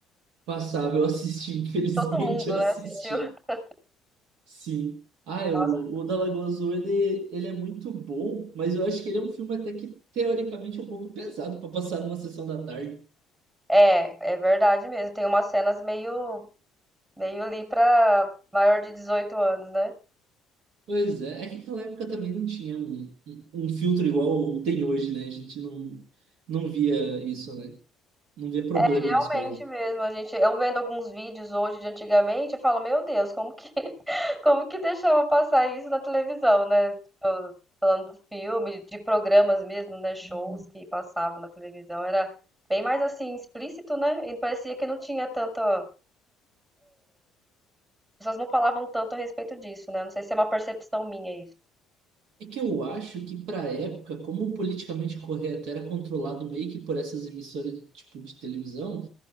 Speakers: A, on the right; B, on the right.
A: passava, eu assisti, <laughs> infelizmente
B: Todo mundo,
A: eu
B: né?
A: assisti.
B: Assistiu. <laughs>
A: Sim. Ah, é,
B: Nossa.
A: o, o da Lagoa Azul, ele, ele é muito bom, mas eu acho que ele é um filme até que teoricamente é um pouco pesado para passar numa sessão da tarde.
B: É, é verdade mesmo. Tem umas cenas meio Veio ali pra maior de 18 anos, né?
A: Pois é, é que naquela época também não tinha um, um, um filtro igual tem hoje, né? A gente não, não via isso, né? Não via problema
B: É realmente
A: nas coisas.
B: mesmo, a gente, eu vendo alguns vídeos hoje de antigamente, eu falo, meu Deus, como que, <laughs> como que deixava passar isso na televisão, né? Tipo, falando do filme, de programas mesmo, né? Shows que passavam na televisão, era bem mais assim, explícito, né? E parecia que não tinha tanta, as pessoas não falavam tanto a respeito disso, né? Não sei se é uma percepção minha isso.
A: É que eu acho que pra época, como o politicamente correto era controlado meio que por essas emissoras de, tipo de televisão,